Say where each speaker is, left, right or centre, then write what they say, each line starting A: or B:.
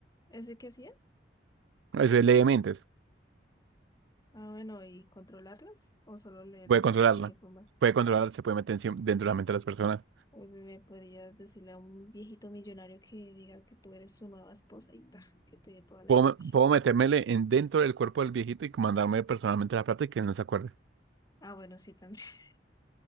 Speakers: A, on the left; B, on the right.
A: ¿Ese qué hacía?
B: Es de ley de mentes.
A: Ah, bueno, ¿y controlarlas? ¿O solo leerlas
B: Puede controlarla.
A: y sacar información?
B: Puede controlar se puede meter encima- dentro de la mente de las personas.
A: Uy, me podrías decirle a un viejito millonario que diga que tú eres su nueva esposa y ta, que te dé toda la
B: Puedo,
A: herencia.
B: puedo metérmele en dentro del cuerpo del viejito y mandarme personalmente la plata y que él no se acuerde.
A: Ah, bueno, sí, también. <laughs>